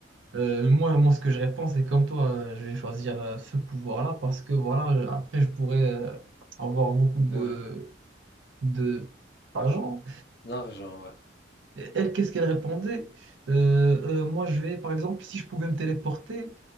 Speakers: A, on the right; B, on the left.
A: Euh, moi, moi, ce que je réponds, c'est comme toi, euh, je vais choisir euh, ce pouvoir-là parce que voilà, je- après, je pourrais euh, avoir beaucoup de,
B: ouais,
A: de, d'argent.
B: l'argent, ouais.
A: Et Elle, qu'est-ce qu'elle répondait? Euh, euh, moi, je vais, par exemple, si je pouvais me téléporter,